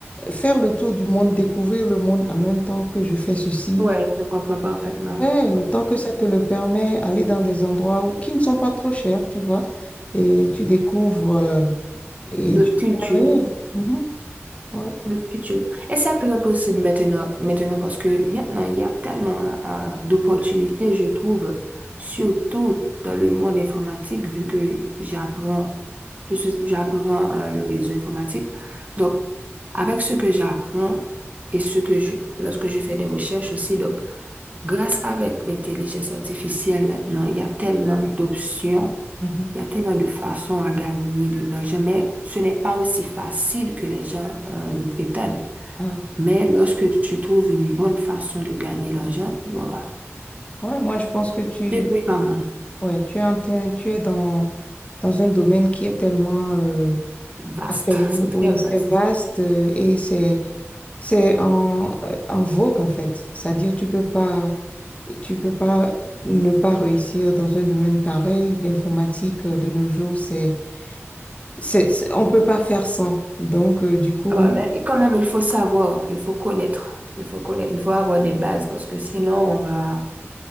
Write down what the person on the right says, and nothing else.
ouais, je comprends parfaitement.
D'autres
cultures,
de culture. Et c'est très possible maintenant, maintenant parce que maintenant, il y a tellement euh, d'opportunités, je trouve, surtout dans le monde informatique, vu que j'apprends, je suis, j'apprends euh, le réseau informatique. Donc, avec ce que j'apprends et ce que je, lorsque je fais des recherches aussi, donc, Grâce avec l'intelligence artificielle maintenant, il y a tellement d'options,
il y a tellement de façons à gagner de l'argent, mais ce n'est pas aussi facile que les gens euh, le prétendent.
Mais lorsque tu trouves une bonne façon de gagner l'argent, voilà,
tu pas mal.
Vaste,
c'est
très vaste.
Ah bah, mais quand même, il faut savoir, il faut connaître, il faut connaître, il faut avoir des bases parce que sinon on va